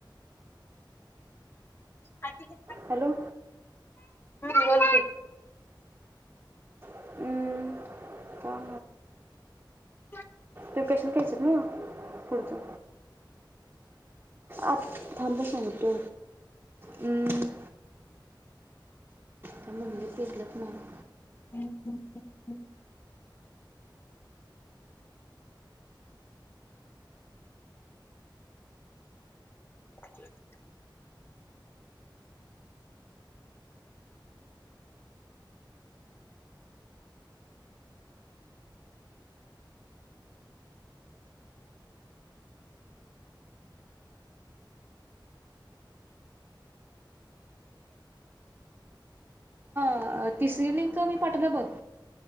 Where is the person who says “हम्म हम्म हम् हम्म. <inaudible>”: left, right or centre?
Left